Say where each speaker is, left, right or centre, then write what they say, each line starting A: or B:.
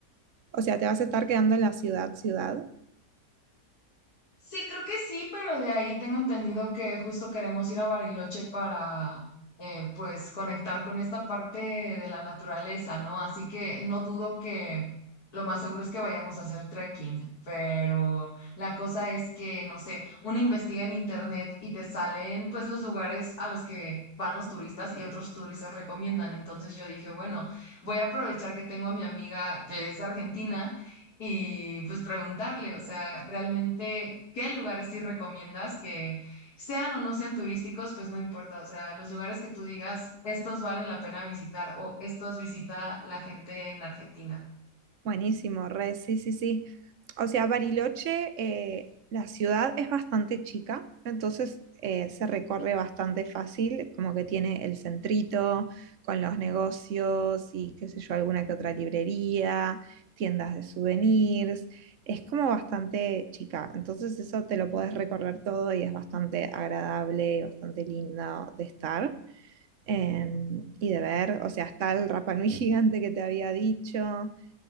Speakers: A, on the right; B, on the left.
A: o sea, ¿te vas a estar quedando en la ciudad, ciudad?
B: Sí, creo que sí, pero de ahí tengo entendido que justo queremos ir a Bariloche para, eh, pues, conectar con esta parte de la naturaleza, ¿no? Así que no dudo que lo más seguro es que vayamos a hacer trekking, pero la cosa es que, no sé, uno investiga en internet y te salen, pues, los lugares a los que van los turistas y otros turistas recomiendan. Entonces yo dije, bueno, voy a aprovechar que tengo a mi amiga que es de Argentina y pues preguntarle, o sea, realmente qué lugares sí recomiendas que sean o no sean turísticos, pues no importa, o sea, los lugares que tú digas, estos vale la pena visitar o estos visita la gente en Argentina.
A: Buenísimo, re, sí, sí, sí. O sea, Bariloche, eh, la ciudad es bastante chica, entonces eh, se recorre bastante fácil, como que tiene el centrito con los negocios y qué sé yo, alguna que otra librería, tiendas de souvenirs. Es como bastante chica, entonces eso te lo puedes recorrer todo y es bastante agradable y bastante lindo de estar. em, y de ver, o sea, está el Rapa Nui <laughs> gigante que te había dicho.